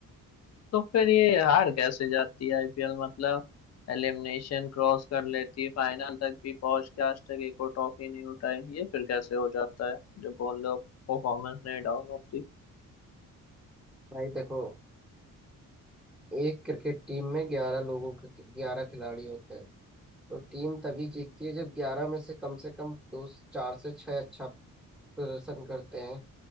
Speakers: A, on the left; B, in the centre.
A: तो फिर ये हार कैसे जाती है आईपीएल मतलब एलिमिनेशन क्रॉस कर लेती है फाइनल तक भी पहुंच के आज तक एक और ट्रॉफी नहीं उठाई ये फिर कैसे हो जाता है जब बोल लो परफॉर्मेंस नहीं डाउन होती
B: भाई देखो एक क्रिकेट टीम में ग्यारह लोगों के ग्यारह खिलाड़ी होते हैं तो टीम तभी जीतती है जब ग्यारह में से कम से कम दो चार से छह अच्छा प्रदर्शन करते हैं